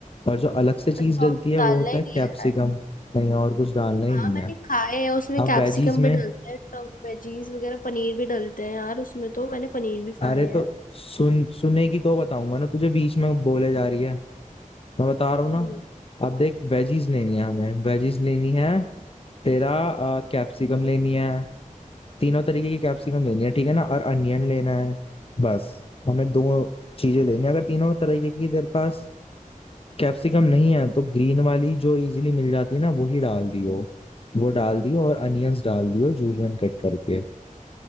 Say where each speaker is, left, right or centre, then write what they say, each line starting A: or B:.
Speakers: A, on the left; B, on the left.
A: और जो अलग से चीज
B: अच्छा
A: डलती
B: और कुछ
A: है
B: डालना
A: वो होता
B: ही
A: है
B: नहीं
A: कैप्सिकम
B: है यार
A: कहीं और कुछ डालना ही
B: हाँ
A: नहीं
B: मैंने
A: है
B: खाए हैं उसमें
A: अब
B: कैप्सिकम
A: वेजीज में
B: भी डलते हैं तो वेजीज वगैरह पनीर भी डलते हैं यार उसमें तो मैंने पनीर भी खाए
A: अरे
B: हैं
A: तो सुन सुनेगी तो बताऊंगा ना तुझे बीच में बोले जा रही है मैं बता रहा हूँ
B: हम्म
A: ना अब देख वेजीज लेनी है हमें वेजीज लेनी है तेरा कैप्सिकम लेनी है तीनों तरीके की कैप्सिकम लेनी है ठीक है ना और अनियन लेना है बस हमें दो चीजें लेनी है अगर तीनों तरीके की तेरे पास कैप्सिकम नहीं है तो ग्रीन वाली जो इजीली मिल जाती है ना वही डाल दियो वो डाल दियो और अनियंस डाल दियो जूलियन कट करके